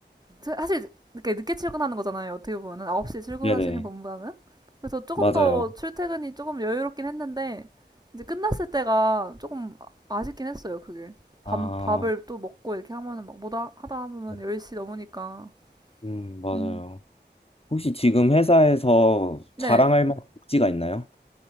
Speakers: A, on the right; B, on the left.
A: 사- 사실 이렇게 늦게 출근하는 거잖아요. 어떻게 보면은 9시에 출근하시는
B: 네네.
A: 분보다는. 그래서 조금
B: 맞아요.
A: 더 출퇴근이 조금 여유롭긴 했는데 이제 끝났을 때가 조금 아- 아쉽긴 했어요. 그게. 밥,
B: 아,
A: 밥을 또 먹고 이렇게 하면은 막 뭐다 하다 보면
B: 네.
A: 10시 넘으니까.
B: 음, 맞아요.
A: 음.
B: 혹시 지금 회사에서
A: 네.
B: 자랑할 만한 복지가 있나요?